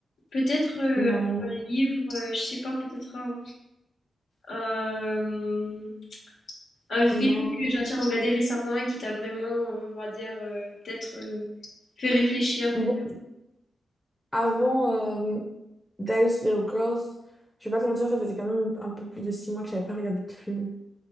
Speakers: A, on the left; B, in the centre.
A: peut-être euh,
B: Non,
A: un livre, euh, je sais pas, peut-être un, euh, un film
B: non.
A: que j'ai déjà regardé récemment et qui t'a vraiment, euh, on va dire, euh, peut-être euh, fait réfléchir.
B: Bon,
A: Peut-être.
B: avant. euh, Dice Little Girls. Je vais pas te mentir, ça faisait quand même un peu plus de six mois que j'avais pas regardé de film.